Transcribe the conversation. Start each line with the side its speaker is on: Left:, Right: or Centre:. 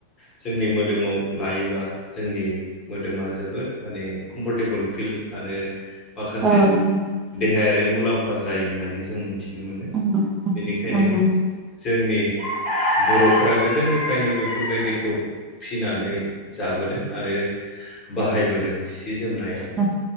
Left: जोंनि मो दोमाव लायोबा जोंनि मोदोमा जोबोद माने कमफर्टेबोल फिल आरो माखासे
Right: औ
Left: देहायारि मुलाम्फा जायो होननानै जों मिथि नो मोनो
Right: औ
Left: बेनिखायनो
Right: नंगौ
Left: जोंनि बर'फोरा गोदोनिफ्रायनो बेफोरबायदिखौ फिनानै जाबोदों आरो बाहायबोदों सि जोमनाय
Right: औ